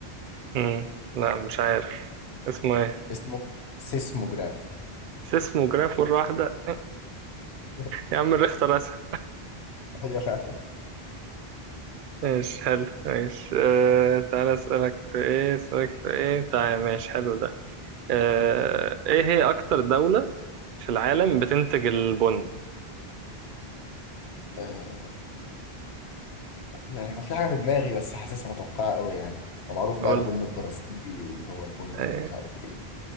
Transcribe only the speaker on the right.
مم. لا مش عارف اسمه ايه
سيسموجراف مرة واحدة
يا عم الريختر اسهل
ماشي حلو ماشي أه... تعالى اسألك في ايه اسألك في ايه تعالى ماشي حلو ده أه... ايه هي اكتر دولة في العالم بتنتج البن
اقول
إيه.